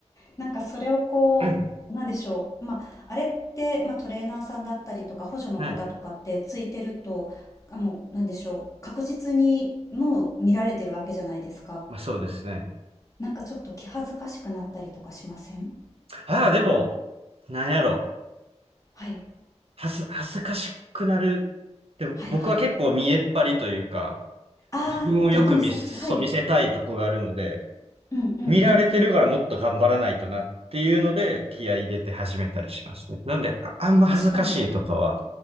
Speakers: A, on the left; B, on the right.
A: なんかそれをこう、
B: <clears throat>
A: なんでしょう。まあ、あれって、まあ、トレーナーさんだったりとか、補助の方とかってついてると、
B: はい。
A: あ、もう、なんでしょう。確実にもう見られてるわけじゃないですか。
B: まあそうですね。
A: なんかちょっと気恥ずかしくなったりとかしません
B: ああ、でも、なんやろ。
A: はい。
B: 恥ず、恥ずかしくなる。でも僕は結構見栄っ張りというか、
A: はいはい。ああ、
B: 自分をよく見、
A: 逆にそっち。
B: そう見せたいとこがあるので、
A: はい。うんうんうんうん。
B: 見られてるからもっと頑張らないとなっていうので、気合い入れて始めたりしますね。なんで、あ、あんま恥ずかしいとかは、
A: 確かに。